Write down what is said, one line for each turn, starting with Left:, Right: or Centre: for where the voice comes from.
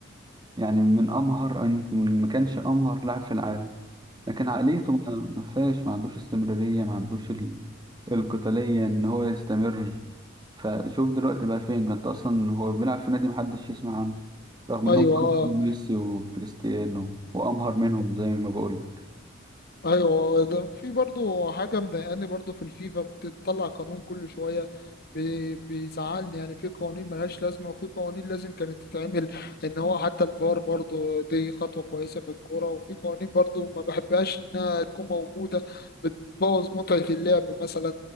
Right: يعني من أمهر أو يمكن ما كانش أمهر لاعب في العالم لكن عقليته ما ما فيهاش ما عندوش استمرارية ما عندوش ال- القتالية إن هو يستمر فشوف دلوقتي بقى فين ده أنت أصلا هو بيلعب في نادي محدش يسمع عنه رغم إنهم
Left: ايوه
Right: أكتر
Left: اه
Right: من ميسي وكريستيانو وأمهر منهم زي ما بقول
Left: ايوه ده في برضو حاجه مضايقاني برضو في الفيفا بتطلع قانون كل شويه بي- بيزعلني يعني في قوانين ملهاش لازمه وفي قوانين لازم كانت تتعمل ان هو حتى الفار برضو دي خطوه كويسه في الكوره وفي قوانين برضو ما بحبهاش انها تكون موجوده بتبوظ متعه اللعب مثلا